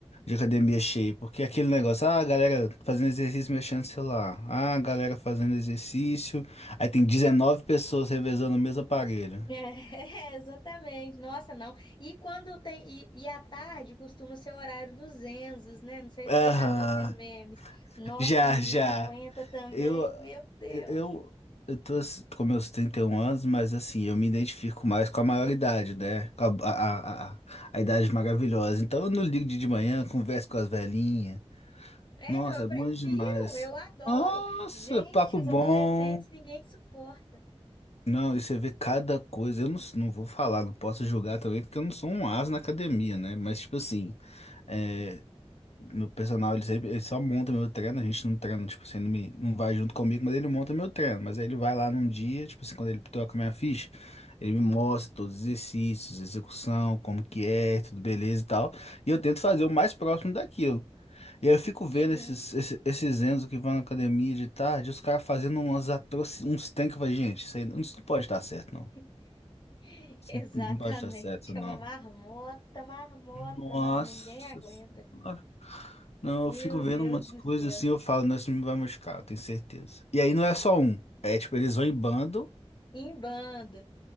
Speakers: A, on the left; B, on the left.
A: academia cheia, porque aquele negócio, ah, a galera fazendo exercício mexendo no celular, ah, a galera fazendo exercício, aí tem 19 pessoas revezando o mesmo aparelho.
B: É, <laughs> exatamente. Nossa, não. E quando tem. E, e à tarde costuma ser o horário dos Enzos, né? Não sei
A: Aham,
B: se você já viu esses memes. Nossa,
A: já,
B: ninguém
A: já.
B: aguenta também,
A: Eu,
B: meu Deus.
A: eu, eu tô s- com meus 31 anos, mas assim, eu me identifico mais com a maioridade, né? Com a, a, a, a a idade maravilhosa. Então eu não ligo de de manhã, converso com as velhinhas.
B: É,
A: Nossa,
B: eu
A: é
B: prefiro,
A: bom demais.
B: eu adoro.
A: Nossa,
B: Gente,
A: papo
B: os
A: bom.
B: adolescentes ninguém suporta.
A: Não, e você vê cada coisa. Eu não, s- não vou falar, não posso julgar também, porque eu não sou um as na academia, né? Mas, tipo assim, é, meu personal, ele, sempre, ele só monta meu treino, a gente não treina, tipo assim, não, me, não vai junto comigo, mas ele monta meu treino. Mas aí ele vai lá num dia, tipo assim, quando ele toca minha ficha, ele me mostra todos os exercícios, execução, como que é, tudo beleza e tal. E eu tento fazer o mais próximo daquilo. E aí eu fico vendo
B: Uhum.
A: esses, esses, esses Enzo que vão na academia de tarde, os caras fazendo umas atroci... uns tanques, vai, gente, isso aí não, isso não pode estar certo, não.
B: <laughs>
A: Isso
B: Exatamente,
A: não não pode estar certo, não.
B: é uma marmota, marmota,
A: Nossa,
B: não, ninguém aguenta.
A: senhora. não,
B: Meu
A: eu fico vendo
B: Deus
A: umas
B: do
A: coisas
B: céu.
A: assim, eu falo, não, isso me vai machucar, eu tenho certeza. E aí não é só um, é tipo, eles vão em bando,
B: Em bando.